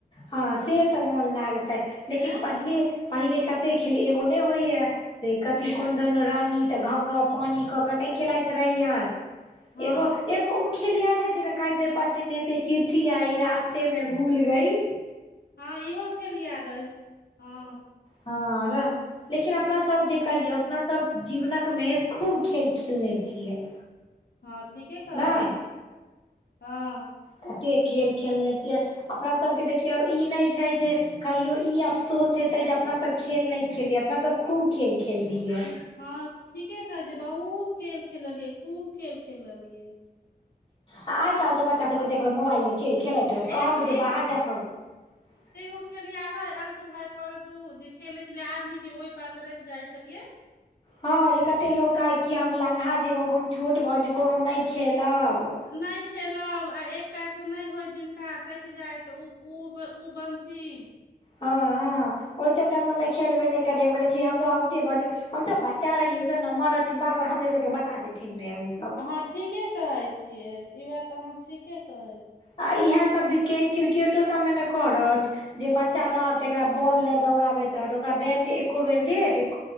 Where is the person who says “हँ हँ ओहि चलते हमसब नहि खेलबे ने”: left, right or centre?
Left